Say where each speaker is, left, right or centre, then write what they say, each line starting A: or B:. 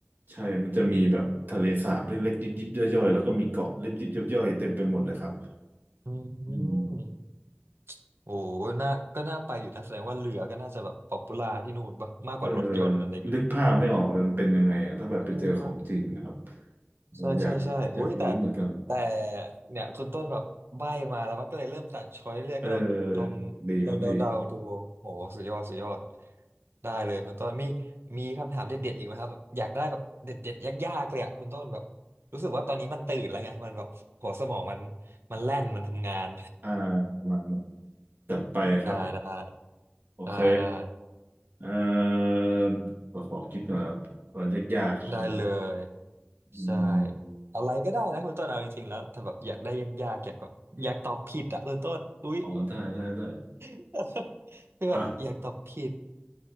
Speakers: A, on the right; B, on the right.
A: ใช่มันจะมีแบบทะเลสาบเล็กๆ ยิบยิบย่อยๆ แล้วก็มีเกาะเล็กยิบยิบย่อยๆเต็มไปหมดเลยครับ
B: อืม
A: อืม
B: โอ้น่าก็น่าไปอยู่นะแสดงว่าเรือก็น่าจะแบบป๊อปปูล่าที่นู่นปะมากกว่ารถยนต์อะไรอย่างงี้
A: เออนึกภาพไม่ออกเลยมันเป็นยังไงอะถ้าแบบไปเจอของจริงนะครับ
B: เออ
A: เอออยากอยากรู้เหมือนกัน
B: ใช่ใช่ใช่อุ้ยแต่แต่เนี่ยคุณต้นแบบใบ้มาแล้วว่าก็เลยเริ่มตัดช้อยเรื่อยก็ลองลอง
A: เออดีครับดี
B: ลองเดาเดาดูโหสุดยอดสุดยอดได้เลยคุณต้นมีมีคำถามเด็ดๆอีกไหมครับแบบอยากได้แบบเด็ดๆยากๆเลยอะคุณต้นแบบรู้สึกว่าตอนนี้มันตื่นแล้วไงมันแบบหัวสมองมันมันแล่นมันทำงาน
A: อ่ามามาจัดไปครับ
B: <laughs> ได้ได้
A: โอเค
B: ได้ได้
A: เออขอขอคิดก่อนครับก่อนยากๆ
B: ได้เลย
A: ใช่ไหมอื
B: ใช่
A: ม
B: อะไรก็ได้นะคุณต้นเอาจริงๆแล้วถ้าแบบอยากได้ยากๆอยากแบบอยากตอบผิดอะคุณต้นอุ้ย
A: อ๋อได้ได้ได้
B: <laughs> คือแบบอยากตอบผิด
A: อ่ะ